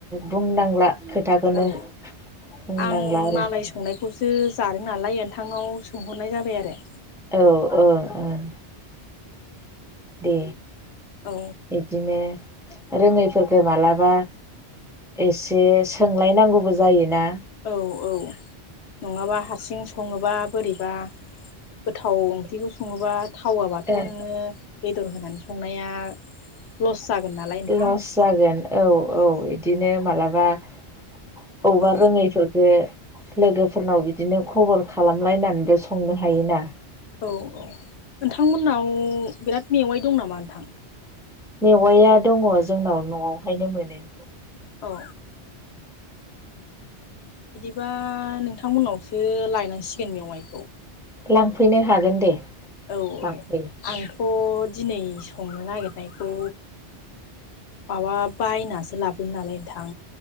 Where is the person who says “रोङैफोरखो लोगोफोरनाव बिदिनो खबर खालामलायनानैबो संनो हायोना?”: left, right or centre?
Centre